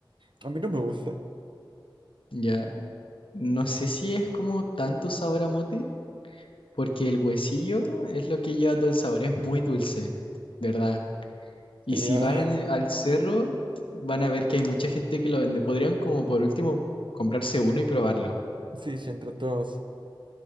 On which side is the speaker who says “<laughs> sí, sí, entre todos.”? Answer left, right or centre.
Right